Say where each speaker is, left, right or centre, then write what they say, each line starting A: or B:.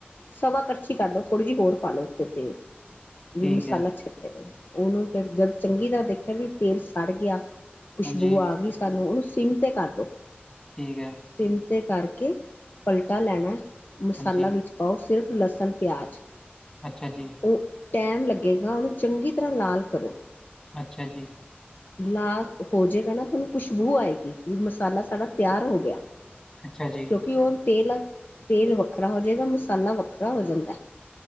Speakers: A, on the left; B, on the left.
A: ਸਵਾ ਕੜਛੀ ਕਰ ਲਓ ਥੋੜ੍ਹੀ ਜਿਹੀ ਹੋਰ ਪਾ ਲਉ ਉਤੇ ਤੇਲ ਵੀ
B: ਠੀਕ
A: ਮਸਾਲਾ
B: ਹੈ,
A: ਛੱਟਿਆ ਉਹਨੂੰ ਫਿਰ ਜਦ ਚੰਗੀ ਤਰ੍ਹਾਂ ਦੇਖਿਆ ਵੀ ਤੇਲ ਸੜ ਗਿਆ। ਖੁਸ਼ਬੂ
B: ਹਾਂਜੀ,
A: ਆ ਗਈ ਸਾਨੂੰ ਉਹਨੂੰ ਸਿਮ ਤੇ ਕਰ ਦਿਉ।
B: ਠੀਕ ਹੈ।
A: ਸਿਮ ਤੇ ਕਰਕੇ ਪਲਟਾ ਲੈਣਾ ਮਸਾਲਾ
B: ਹਾਂਜੀ,
A: ਵਿੱਚ ਪਾਓ ਸਿਰਫ ਲਸਣ ਪਿਆਜ਼
B: ਅੱਛਾ ਜੀ।
A: ਉਹ ਟਾਈਮ ਲੱਗੇਗਾ ਉਹਨੂੰ ਚੰਗੀ ਤਰ੍ਹਾਂ ਲਾਲ ਕਰੋ।
B: ਅੱਛਾ ਜੀ।
A: ਲਾਲ ਹੋ ਜਾਏਗਾ ਨਾ ਤੁਹਾਨੂੰ ਖੁਸ਼ਬੂ ਆਏਗੀ ਵੀ ਮਸਾਲਾ ਸਾਡਾ ਤਿਆਰ ਹੋ ਗਿਆ।
B: ਅੱਛਾ ਜੀ,
A: ਕਿਉਂਕਿ ਓ ਤੇਲ-ਤੇਲ ਵੱਖਰਾ ਹੋ ਜਾਏਗਾ ਮਸਾਲਾ ਵੱਖਰਾ ਹੋ ਜਾਂਦਾ।